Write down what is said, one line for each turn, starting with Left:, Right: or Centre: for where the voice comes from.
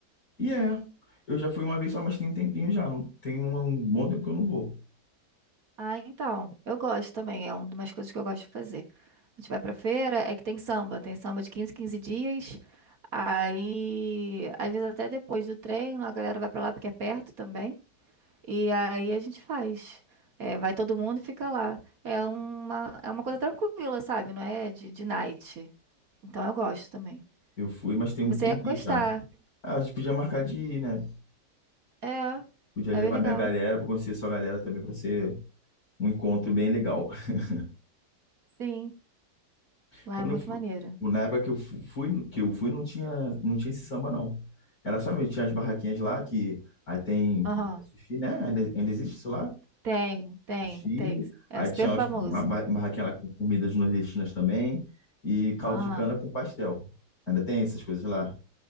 Left: E é. Eu já fui uma vez só, mas tem um tempinho já. Não, tem um, um bom tempo que eu não vou.
Right: Ah, então, eu gosto também, é uma das coisas que eu gosto de fazer. A gente vai pra feira, é que tem samba, tem samba de quinze, quinze dias. Aí, às vezes até depois do treino, a galera vai pra lá porque é perto também. E aí a gente faz. É, vai todo mundo e fica lá. É uma, é uma coisa tranquila, sabe? Não é de, de night. Então eu gosto também.
Left: Eu fui, mas tem um
Right: Você
Left: tempinho
Right: ia gostar.
Left: já. Ah, a gente podia marcar de ir, né?
Right: É,
Left: Podia
Right: é
Left: levar
Right: bem legal.
Left: minha galera pra conhecer sua galera também, pra ser um encontro bem legal. <laughs>
Right: Sim, lá
Left: Quando
Right: é muito
Left: eu fui,
Right: maneiro.
Left: na época que eu fu- fui, que eu fui, não tinha, não tinha esse samba, não. Era só mesmo, tinha as barraquinhas lá que aí tem
Right: Aham.
Left: é sushi, né? Ainda, ainda existe isso lá?
Right: Tem, tem,
Left: Sushi.
Right: tem. É
Left: Aí
Right: super
Left: tinha
Right: famoso.
Left: as- uma ba- barraquinha lá com comidas nordestinas também e caldo
Right: Ah,
Left: de cana com pastel. Ainda tem essas coisas lá?